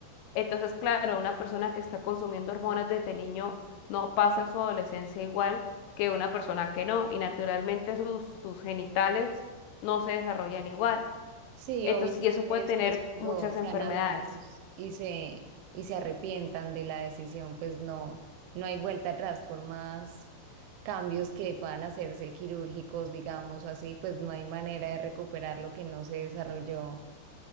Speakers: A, on the left; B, on the right.
A: Entonces, claro, una persona que está consumiendo hormonas desde niño no pasa su adolescencia igual que una persona que no, y naturalmente sus, sus genitales no se desarrollan igual.
B: Sí,
A: Entonces,
B: obviamente
A: y eso puede
B: después
A: tener
B: cuando
A: muchas
B: sean
A: enfermedades.
B: adultos y se, y se arrepientan de la decisión, pues no, no hay vuelta atrás, por más cambios que puedan hacerse quirúrgicos, digamos, o así, pues no hay manera de recuperar lo que no se desarrolló